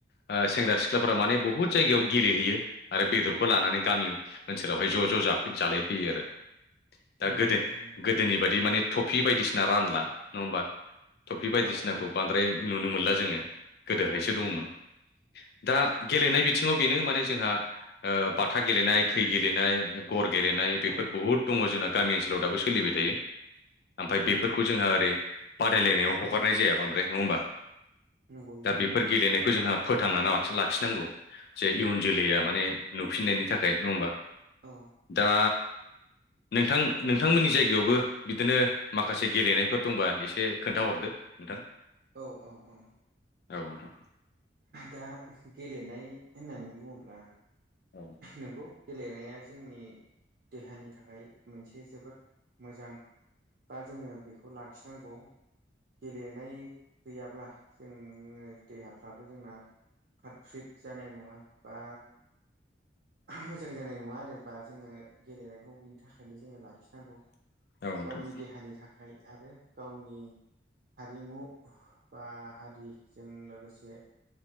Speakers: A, on the left; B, on the right.
A: ओ सेंग्रा सिख्लाफोरा माने बुहुत जायगायाव गेलेहैयो आरो बेदरखौ लानानै गामि ओनसोलावहाय ज' ज' ज' जाफै जालाय फैयो आरो। दा
B: नंगौ
A: गोदो
B: नोंथां नंगौ
A: गोदोनि बायि माने टफि बायदिसिना रानला नङा होमबा? थटफि बायदिसिनाखौ
B: औ औ
A: बांद्राय नुनो मोनला जोङो गोदोहायसो दङमोन। दा गेलेनाय बिथिङाव बेनो माने जोंहा ओ बाथा गेलेनाय खै गेलेनाय गर गेलेनाय। दायो बेफोर
B: औ
A: बहुत दङ जोंना गामि ओनसोलाव दाबो सोलिबाय थायो। आमफाय
B: औ
A: बेफोरखौ
B: औ
A: जोंहा ओरै बादायलायनायाव हगारनाय जाया बांद्राय। नङा होमबा?
B: नंगौ नोंथां
A: दा बेफोर
B: नंगौ
A: गेलेनायखौ जोंहा फोथांनाना लाखिनांगौ। जे इयुन जोलैया
B: नंगौ
A: माने नुफिननायनि थाखाय। नङा होमबा?
B: औ
A: दा नोंथां नोंथांमोननि जायगायावबो बिदिनो माखासे गेलेनायफोर दंबा एसे खोन्था हरदो नोंथां।
B: औ औ औ।
A: औ नोंथां।
B: दा गेलेनाय होननानै बुङोब्ला
A: औ
B: नोंगौ गेलेनाया जोंनि देहानि थाखाय मोनसे जोबोद मोजां बा जोङो बेखौ लाखिनांगौ। गेलेनाय गैयाब्ला जोङो देहाफ्राबो जोंना फ्राद फ्रिद जानाय नङा बा मोजां जानाय नङा आरो बा जोङो गेलेनायखौ बिनि थाखायनो जोङो लाखिनांगौ।
A: औ नोंथां
B: गावनि देहानि थाखाय आरो गावनि हारिमु बा हारिजों लोगोसे